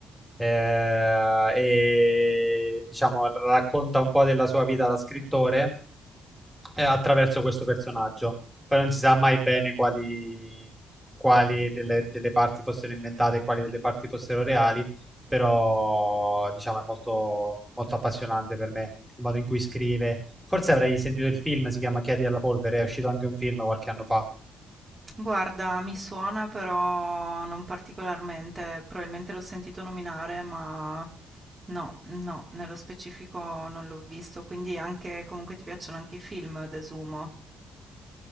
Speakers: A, in the centre; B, on the right (about 25°).
A: eh, e diciamo racconta un po' della sua vita da scrittore eh, attraverso questo personaggio. Però non si sa mai bene quali, quali delle, delle parti fossero inventate e quali delle parti fossero reali. Però, diciamo, è molto, molto appassionante per me il modo in cui scrive. Forse avrei sentito il film, si chiama Chiedi alla polvere, è uscito anche un film qualche anno fa.
B: Guarda, mi suona però non particolarmente, probabilmente l'ho sentito nominare, ma No, no, nello specifico non l'ho visto, quindi anche comunque ti piacciono anche i film, desumo.